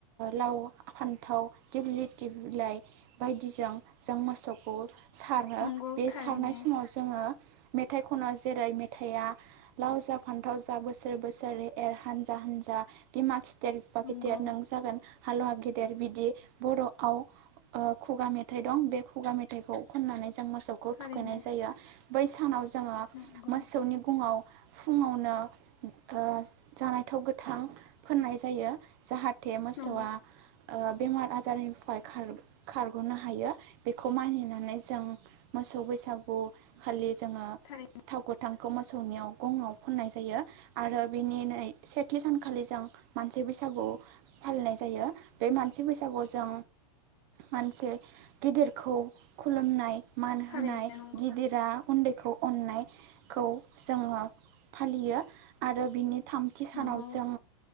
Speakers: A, on the right (about 30°); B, on the left (about 50°).
A: लाव फान्थाव दिग्लि दिफलाइ बायदिजों जों मोसौखौ सारो
B: नंगौ
A: बे
B: थारैनो
A: सारनाय समाव जोङो मेथाइ खनो जेरै मेथाइआ लाव जा फान्थाव जा बोसोर बोसोरै एर हान्जा हान्जा बेमा गेदेर बिफा
B: नंगौ
A: गेदेर नों जागोन हालुवा गेदेर बिदि बर'आव खुगा मेथाइ दं बे खुगा मेथाइखौ खननानै जों मोस मोसौखौ
B: थारैनो
A: थुखैनाय जायो बै सानाव जोङो
B: नंगौ
A: मोसौनि गुङाव फुङावनो जानायथाव गोथां फोननाय जायो जाहाथे मोसौआ
B: नंगौ
A: ओ बेमार आजारनिफ्राय‌ खार खारगनो हायो बेखौ मानिनानै जों मोसौ बैसागु खालि <unintelligible>
B: थारैनो
A: <unintelligible> मोसौनियाव गङाव फुननाय जायो आरो बेनि नै सेथि सान लि जों मानसि बैसागु फालिनाय जायो बे मानसि बैसागु जों मानसे गिदिरखौ खुलुमनाय मान
B: थारैनो
A: होनाय
B: नंगौ
A: गिदिरा उन्दैखौ अननायखौ जोङो फालियो आरो बिनि थामथि सानावसो
B: नंगौ